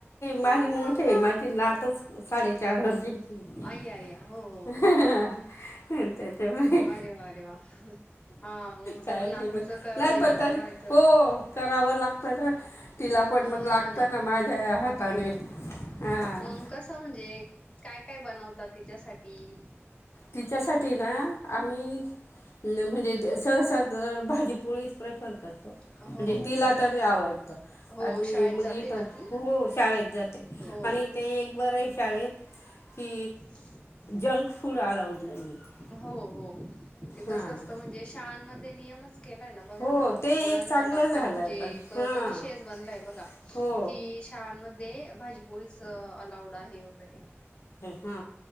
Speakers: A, on the left; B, on the left.
A: माझी मोठे माझी नातच साडेचार वर्षाची आहे
B: आई आय्या हो हो हो
A: त्याच्यामुळे
B: अरे वा अरे वा हा मग चला
A: काय
B: नातीचं
A: नाही प
B: काय
A: नाही
B: होईना
A: पण तरी
B: करायचं
A: हो करावं लागतं ना तिला पण मग
B: हो
A: लागत-
B: ना हो ना
A: माझ्या हाताने
B: हो मग
A: हां
B: कस म्हणजे. काय काय बनवतात तिच्यासाठी.
A: तिच्यासाठी ना? आम्ही म्हणजे स सहसा तर भाजीपोळीच प्रेफर करो
B: हो
A: म्हणजे
B: हो
A: तिला तरी आवडत
B: हो
A: आणि
B: हो शाळेत
A: मग
B: जाते ना ती
A: हो शाळेत जाते
B: हो
A: आणि ते एक बर आहे शाळेत की
B: <unintelligible>
A: जंकफूड पुड अलाऊड नाही आहे.
B: हो हो. ते कसं
A: हां
B: असतं म्हणजे शाळांमध्ये. ते नियम केलाय ना बघा
A: हो
B: ना
A: ते
B: मुलांचा
A: एक चांगलं
B: डबा
A: झालंय
B: म्हणजे
A: पण
B: एक
A: हां
B: तो विषयच बनलाय बघा
A: हो
B: कि शाळांमध्ये भाजी पस त अलाउड आहे वगैरे
A: हा